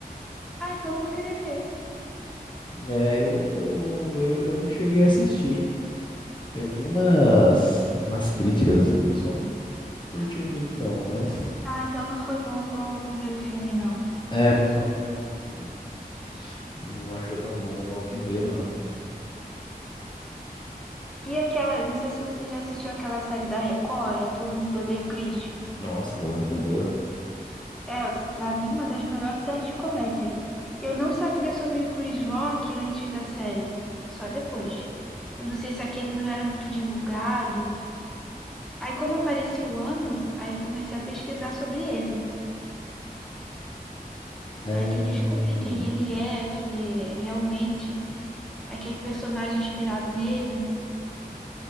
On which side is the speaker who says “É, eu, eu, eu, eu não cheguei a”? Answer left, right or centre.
Left